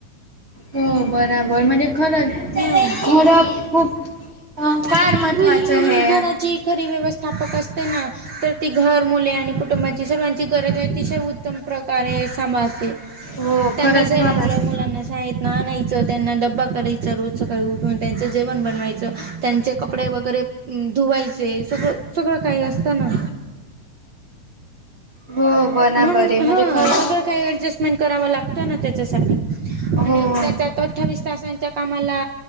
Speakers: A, on the right (about 40°); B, on the right (about 70°).
A: हो बराबर म्हणजे खरं
B: हम्म
A: खर खूप अ, फार
B: आणि
A: महत्त्वाचं
B: गृहिणी ही
A: हे
B: घरात जी खरी व्यवस्थापक असते ना तर ती घर मुले आणि कुटुंबाची सर्वांची गरज आहे अतिशय उत्तम प्रकारे सांभाळते
A: हो
B: त्यांना
A: खरंच
B: जे
A: खरंच
B: लागतेय मुलांना शाळेतंन आणायचं त्यांना ड्बा करायचं रोज सकाळी उठून त्यांचं जेवण बनवायचं त्यांचे कपडे वगैरे धुवायचे सगळं सगळं काही असतना
A: हो बराबरे
B: म्हणून
A: म्हणजे
B: हां
A: खरं
B: सगळं काही ॲडजस्टमेंट करावं लागतं ना त्याच्यासाठी आणि
A: हो
B: त्याच्यात अठ्ठावीस तासांच्या कामाला